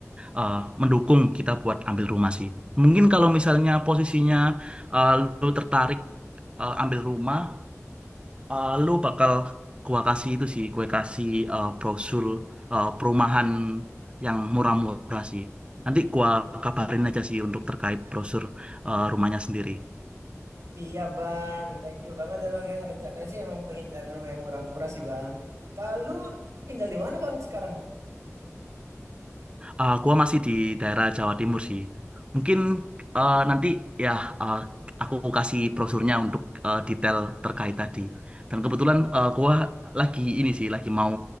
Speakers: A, on the right; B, on the right.
A: eh, mendukung kita buat ambil rumah sih. Mungkin kalau misalnya posisinya eh, lu tertarik eh, ambil rumah Eh, lu bakal gua kasih itu sih, gue kasih eh, brosur eh, perumahan yang murah-murah sih. Nanti gua kabarin aja sih untuk terkait brosur eh, rumahnya sendiri.
B: Siap bang, thank you banget ya bang ya. Rencananya sih emang pengen cari rumah yang murah-murah sih bang. Kalau lu tinggal di mana bang sekarang?
A: Eh, gua masih di daerah Jawa Timur sih. Mungkin eh, nanti ya eh, aku kasih brosurnya untuk eh, detail terkait tadi. Dan kebetulan eh, gua lagi ini sih, lagi mau